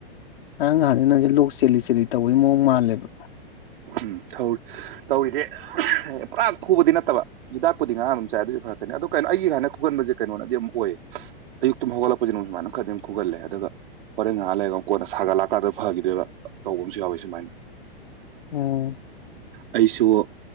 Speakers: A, on the left; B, on the right.
A: ꯉꯔꯥꯡ ꯅꯍꯥꯟꯗꯩ ꯅꯪꯁꯦ ꯂꯣꯛ ꯆꯦꯜꯂꯤ ꯆꯦꯜꯂꯤ ꯇꯧꯕꯩ ꯃꯑꯣꯡ ꯃꯥꯜꯂꯦꯕ
B: ꯎꯝ ꯇꯧ ꯇꯧꯔꯤꯅꯦ ꯄꯨꯔꯥ ꯈꯨꯕꯗꯤ ꯅꯠꯇꯕ ꯍꯤꯗꯥꯛꯄꯨꯗꯤ ꯉꯔꯥꯡ ꯑꯗꯨꯝ ꯆꯥꯏ ꯑꯗꯨꯗꯤ ꯐꯔꯛꯀꯅꯤ ꯑꯗꯣ ꯀꯩꯅꯣ ꯑꯩꯒꯤ ꯁꯥꯏꯅ ꯈꯨꯒꯟꯕꯁꯦ ꯀꯩꯅꯣꯅꯗꯤ ꯑꯗꯨꯝ ꯑꯣꯏꯌꯦ ꯑꯌꯨꯛꯇꯨ ꯍꯧꯒꯠꯂꯛꯁꯤꯗꯝ ꯁꯨꯃꯥꯏꯅ ꯈꯗꯤ ꯑꯗꯨꯝ ꯈꯨꯒꯂꯦ ꯑꯗꯨꯒ ꯍꯣꯔꯦꯟ ꯉꯥꯏꯍꯥꯛ ꯂꯩꯔꯒ ꯑꯃꯨꯛ ꯀꯣꯟꯅ ꯁꯥꯒꯠꯂꯛꯑꯀꯥꯟꯗ ꯐꯈꯤꯗꯣꯏꯕ ꯇꯧꯕ ꯑꯃꯁꯨ ꯌꯥꯎꯏ ꯁꯨꯃꯥꯏꯅ
A: ꯑꯣ
B: ꯑꯩꯁꯨ